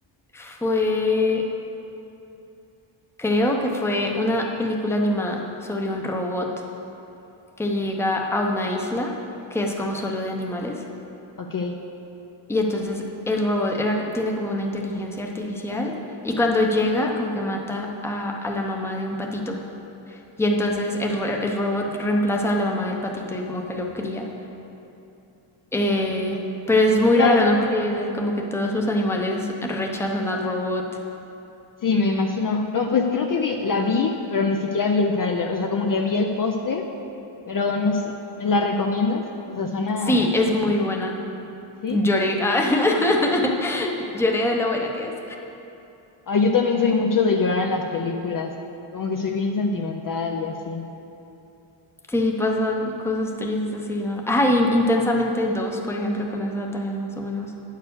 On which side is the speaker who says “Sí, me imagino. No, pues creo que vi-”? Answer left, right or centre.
Left